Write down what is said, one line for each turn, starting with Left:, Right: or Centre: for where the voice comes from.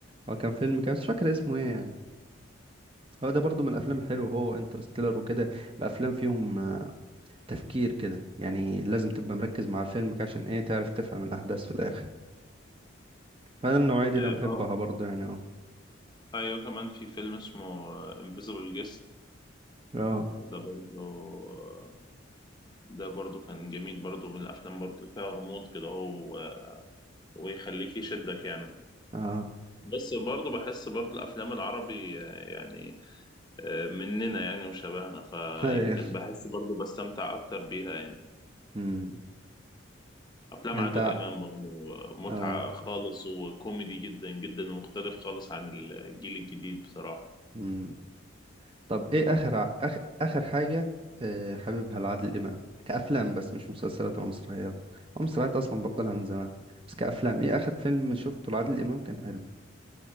Right: هو كان فيلم كان مش فاكر اسمه ايه يعني هو ده برضو من الافلام الحلوه هو انترستيلر وكده بافلام فيهم آه، تفكير كده يعني لازم تبقى مركز مع الفيلم كده عشان ايه تعرف تفهم الاحداث في الاخر هذا النوعيه دي
Left: اه
Right: انا بحبها
Left: آه.
Right: برضو يعني اه
Left: ايوه كمان في فيلم اسمه انفيزبل جيست
Right: اه
Left: ده برضو آه، ده برضو كان جميل برضو من الافلام برضو اللي فيها غموض كده هو آه، ويخليك يشدك يعني
Right: اه
Left: بس برضو بحس برضو الافلام العربي آه، يعني آه، مننا يعني وشبهنا فيمكن
Right: <laughs> أيوة.
Left: بحس برضو بستمتع اكتر بيها يعني
Right: أمم.
Left: افلام
Right: انت
Left: عادل امام برضه
Right: اه
Left: متعه خالص وكوميدي جدا جدا ومختلف خالص عن الجيل الجديد بصراحه
Right: أمم. طب ايه اخر ع- آخ... اخر حاجه آه، حاببها لعادل امام كافلام بس مش مسلسلات ولا مسرحيات هو مسرحيات اصلا بطلها من زمان بس كافلام ايه اخر فيلم شفته لعادل امام كان حلو